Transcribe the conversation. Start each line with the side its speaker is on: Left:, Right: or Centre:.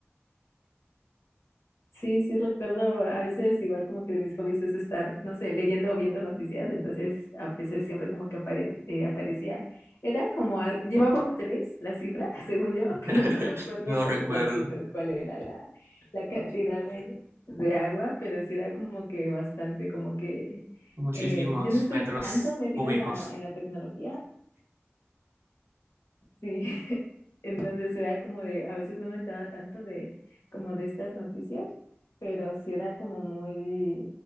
Left: Sí, sí recuerdo, a veces igual como que de mis hobbies es estar, no sé, leyendo o viendo noticias, entonces a veces siempre como que apare- eh, aparecía, era como, al- llevaba un 3 la cifra, <laughs> según yo,
Right: <laughs>
Left: <laughs> pero no me acuerdo
Right: No
Left: con
Right: recuerdo.
Left: exactitud cuál era la, la cantidad de, de agua, pero sí era como que bastante, como que
Right: Muchísimos
Left: eh, yo no estoy
Right: metros
Left: tanto metida
Right: cúbicos,
Left: en la, en la tecnología, Sí, <laughs> entonces era como de, a veces no me enteraba tanto de como de estas noticias, pero sí era como muy,